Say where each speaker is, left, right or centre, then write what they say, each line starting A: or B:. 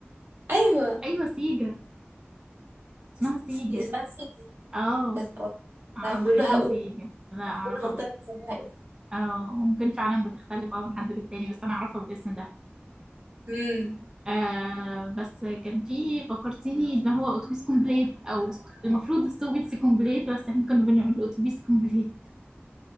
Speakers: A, on the right; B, on the right.
A: ايوه
B: ايوه سيجا اسمها
A: اس-
B: سيجا
A: اسمها سيف
B: اه
A: كانت-
B: اعرفها
A: كانوا بيقولوا
B: باسم
A: لها اولى
B: سيجا لا اعرفها
A: كل منطقه بتسميها اسم
B: اه ممكن فعلا بتختلف اه من حد للتاني بس انا اعرفها بالاسم ده
A: امم
B: آه بس كان في فكرتيني اللي هو اتوبيس كومبليت او س- المفروض السوفيتس كومبليت بس احنا كنا بنعمل اتوبيس كومبليت